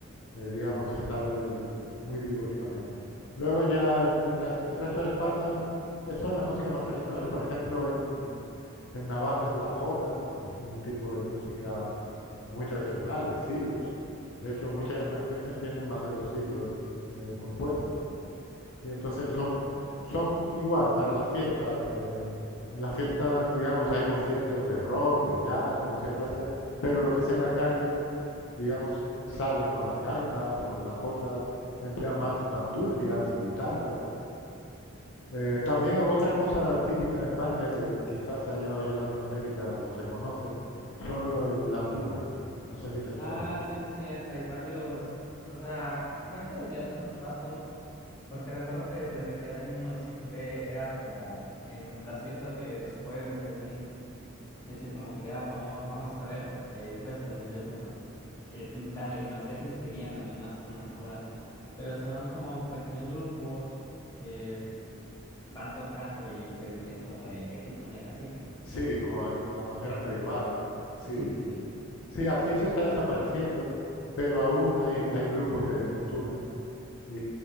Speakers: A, on the left; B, on the left.
A: eh, digamos, está el- el, eh, muy vivo el flamenco. Luego ya en las- el resto de España eh, son las músicas más tradicionales. Por ejemplo, en, en- en Navarra es la jota, que es un tipo de música muy tradicional, de siglos. De hecho, muchas de las canciones tienen más de dos siglos eh, compuestas. Y entonces son, son igual para las fiestas. eh, en las fiestas, digamos, hay conciertos de rock, de jazz, de música clásica, pero lo que es en la calle, digamos, salen con las gaitas o las jotas, emplean más bandurrias y guitarras. Eh, también otra cosa típica en España que quizás ha llegado allá a Latinoamérica o se conoce, son lo- el- la tuna. No sé si te suena.
B: Ah, sí, sí, sí, acá hay varios, o sea, creo que desde hace un rato, porque recuerdo que desde que era niño siempre era como en las fiestas de los pueblos y así. Decir como que, ah, vamos, vamos a ver porque hay presentación de tunas. Que, mm, dale, no sé si serían las mismas tunas ahora, pero son como pequeños grupos que van tocando y se visten como de X manera, sí.
A: Sí, como de la manera medieval. Sí,
B: Sí, sí, sí.
A: Sí, aquí eso está desapareciendo, pero aún hay, hay grupos de, de tuna y,